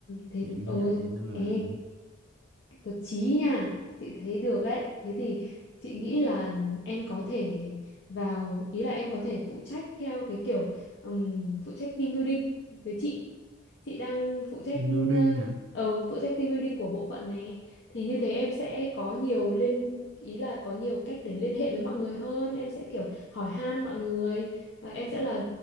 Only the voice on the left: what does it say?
thế
ừ
ê có chí nha chị thấy được ấy thế thì chị nghĩ là em có thể vào ý là em có thể phụ trách theo cái kiểu ừm, phụ trách team building với chị chị đang phụ trách
ờ
ờ, phụ trách team building của bộ phận này thì như thế em sẽ có nhiều liên ý là có nhiều cách để liên hệ với mọi người hơn em sẽ kiểu hỏi han mọi người Ờ, em sẽ là